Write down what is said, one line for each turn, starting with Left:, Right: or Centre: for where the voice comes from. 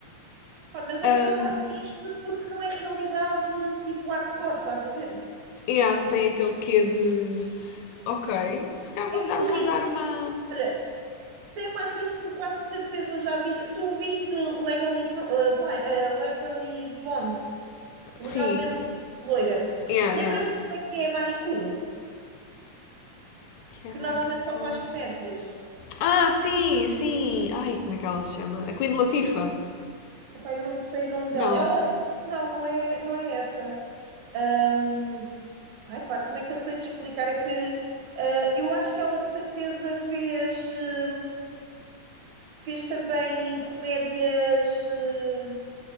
Right: Pá, mas
Left: Ahm,
Right: esta está fixe porque não é realidade tipo hardcore, estás a ver?
Left: yeah, tem aquele quê de. Ok. Se calhar vou,
Right: É que
Left: dar-
Right: tu
Left: vou
Right: riste.
Left: dar uma.
Right: Olha, tem uma atriz que tu quase de certeza já viste. Tu viste Legally, uh, Blind, uh, Legally Blonde, legalmente
Left: Sim.
Right: loira.
Left: Yeah,
Right: Lembras-te
Left: yeah.
Right: da que é manicure?
Left: Que é
Right: que
Left: manicure.
Right: normalmente só faz comédias.
Left: Ah, sim, sim. Ai, como é que ela se chama? A Queen Latifa?
Right: Epá, eu não sei o nome dela.
Left: Não.
Right: Ela, não, não é, não é essa. Ahm, ai pá, como é que eu tenho de explicar? É que ah, eu acho que ela de certeza fez, hum, fez também comédias. hum,